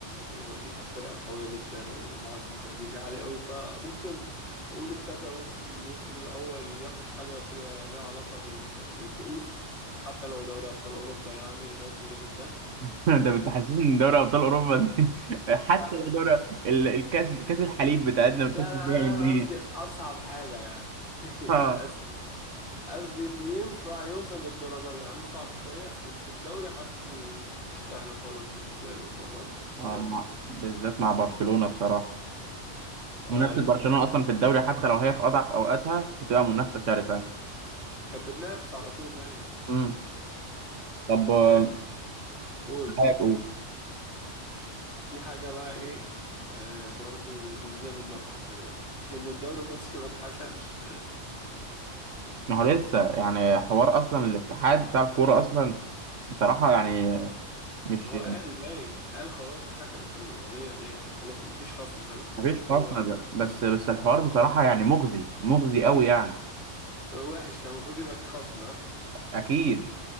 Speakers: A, on the left (about 65°); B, on the right (about 80°).
A: ويعني فرقة قوية جدا ومعدل تهديفي عالي قوي فممكن أقول إكسابي ألونسو في الموسم الأول ياخد حاجة فيها ليها علاقة ب- بالكؤوس حتى لو دوري أبطال أوروبا يعني لغاية الليفل ده
B: <laughs> ده بتحسسني إن دوري أبطال أوروبا دي <laughs> حتى
A: أه
B: لو دوري ال- الكاس كاس الحليب بتاعتنا
A: لا
B: بنخش فيها
A: لا لا
B: إن
A: أنا
B: هي
A: قصدي أصعب حاجة يعني <laughs>
B: آه.
A: مش أسهل قصدي إنه ينفع يوصل للدرجة دي مع إنه صعب شوية بس الدوري حاسه مش سهل خالص بالنسبة له المرة دي عشان
B: آه،
A: هانز
B: مع-
A: فليك
B: بالذات مع برشلونة بصراحة
A: اه
B: منافسة
A: لا السلام
B: برشلونة أصلا في الدوري حتى لو هي في أضعف أوقاتها بتبقى منافسة شرسة
A: كانت بتنافس على طول دايما
B: امم طب آه،
A: آه، قول
B: رأيك قول
A: في حاجة بقى ايه آه برضو جديدة من نوعها السنة دي <laughs> انه الدوري المصري ما اتحسمش
B: ما هو لسه يعني حوار أصلا الاتحاد بتاع الكورة أصلا بصراحة يعني مش
A: ما هو قال باين قال خلاص حكم في القضية ديت خلاص مفيش خصم ثلاث نقط
B: مفيش خاصنا
A: هو
B: بس بس الحوار بصراحة يعني مغزي مغزي قوي يعني
A: آه، وحش كان المفروض يبقى في خصم ها
B: أكيد